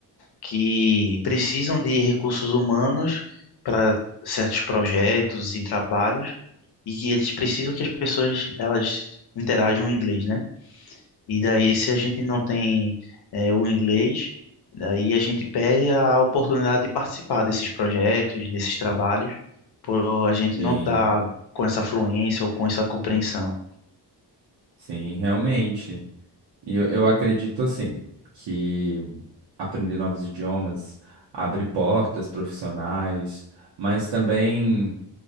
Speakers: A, on the left; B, on the right.
A: que precisam de recursos humanos para certos projetos e trabalhos e que eles precisam que as pessoas elas interajam em inglês, né? E daí, se a gente não tem eh, o inglês, daí a gente perde a oportunidade de participar desses projetos, desses trabalhos, por a gente
B: Sim.
A: não estar com essa fluência ou com essa compreensão.
B: Sim, realmente. E eu, eu acredito assim que aprender novos idiomas abre portas profissionais, mas também